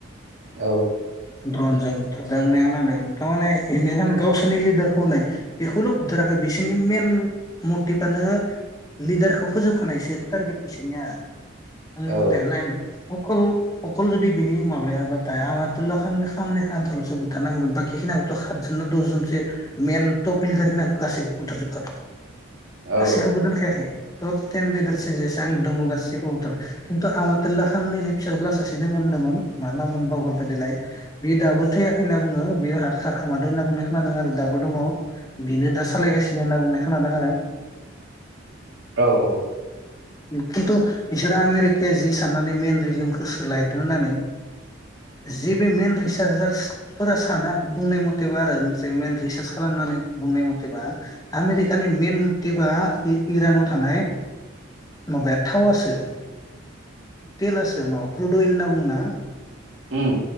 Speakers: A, on the right (about 80°); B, on the left (about 20°).
A: औ
B: द्रनजों बुथारदों <unintelligible> थारमाने <unintelligible> गावसोरनि लिडारखौनाय बेखौल' बुथोराखै बिसोरनि मेन मटिभानो लिडारखौ फोजोबखानायसो टारगेट बिसोरनिया आंनि
A: औ
B: मथे नाय माय अखल अकल जुदि बिनि माबायाबाथाय आ आबुलाननि'सो बुथारनांगौमोन बाखिनिखौथ' सतजन न दस जनसो मेन टप लिडार खिनि गासैबो बुथार
A: औ
B: सासेखौबो दोनखायाखै टप टेन लिडारस जेसो आं दङ गासैखौबोथ' खिन्थु आंहा तल्ला खाननैनि फिसाजो्ला सासे दङ होनदोंमोन मा ना मोन बगरफादलाय बे दाबो थैयाखै होनना बुङो बे खारखोमादोंो होनना बुंनाय खोनादों आरो दाबो दङ बेनो दा सालायगासिनो होनना बुंनाय खोनादों आरो
A: औ औ
B: खिन्थु बिसोरो आमेरिकाया जि साननानै मेन रिजमखौ सोलायदों होननानै जे बे मेन रिसार्जार्सफोरा साना बुंनाय मथेबा आरो मेन रिसार्च खालामनानै बुंनाय मथेबा आमेरिकानि मेइन मथेबा इ- इरानाव थानाय माबाया थावासो तेलासो माबा क्रुद अइल होनना बुङो ना
A: उम